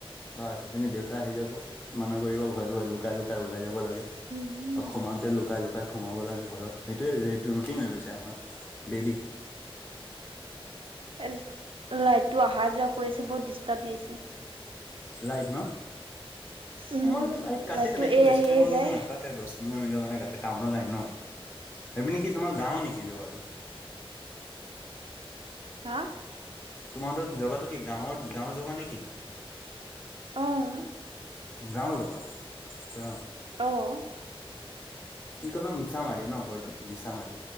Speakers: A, on the left (about 20°); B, on the right (about 65°).
A: বা পিছপিনি দেউতা আহি যাব মানা কৰিব ভয়ে ভয়ে লুকাই লুকাই লুকাই ওলাই যাব লাগে
B: উম,
A: আৰু সোমাওঁতে লুকাই লুকাই সোমাব লাগে ঘৰত সেইটোৱে এ এইটো ৰুতিন হৈ গৈছে আমাৰ দেলি
B: কাৰেন্ট লাইটটো অহা যোৱা কৰিছে বহঙত ডিষ্টাৰ্ব দি আছে
A: লাইট ন
B: উম,
A: আমাৰ ইয়াত লাইট কাটে
B: লাইটটো
A: লেকিন
B: এই
A: বেছি
B: আহি
A: টাইমৰ
B: যায়
A: কাৰণে নাকাটে দছ পোন্ধৰ মিনিটৰ কাৰণে কাতে টাউনৰ লাইন ন সেইপিনে কি তোমাৰ গাওঁ নিকি জগাটো
B: <inaudible> হা
A: তোমাহতৰ জগাটো কি গাঁৱৰ গাঁও জগা নেকি
B: অহঁ
A: গাঁও জগা আচ্ছা
B: অ'।
A: কি কলা মিছা মাৰি ন ঘৰটো মিছা মাৰি